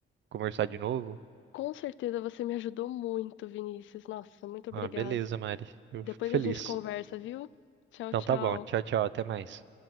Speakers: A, on the right; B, on the left.
A: conversar de novo.
B: Com certeza você me ajudou muito, Vinícius. Nossa, muito obrigada.
A: Ah, beleza, Mari. Eu
B: Depois
A: fico feliz.
B: a gente conversa, viu? Tchau,
A: Então
B: tchau.
A: tá bom. Tchau, tchau. Até mais.